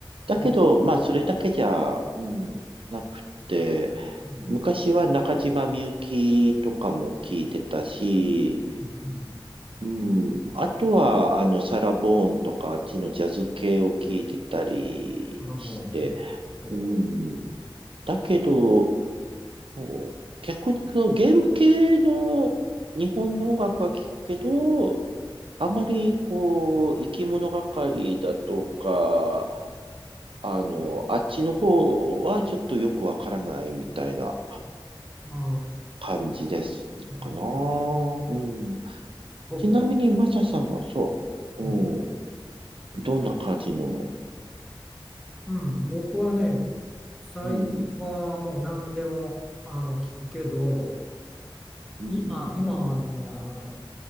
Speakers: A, on the right; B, in the centre.
A: だけど、
B: ほ
A: まあ、それだけじゃ、うん、なくて、
B: う
A: 昔は中島みゆきとかも聞いてたし、
B: うんうん
A: うん。あとは、あの、サラ・ボーンとか、あっちのジャズ系を聞いてたりして、
B: カラボーンね。おう
A: うん。だけど、こう逆にこう、ゲーム系の日本の音楽は聞くけど、あまりこう、生き物がかりだとか、あの、あっちの方はちょっとよくわからないみたいな
B: まあ、
A: 感じですかな。
B: まあの、
A: うん。
B: ポップ、
A: ちなみに、マサさんはそう。
B: うん、
A: どんな感じの、
B: うん僕はね、最近はもう何でもあの聞くけど、
A: うん、うん、
B: 今、今はね、
A: うん、
B: あの、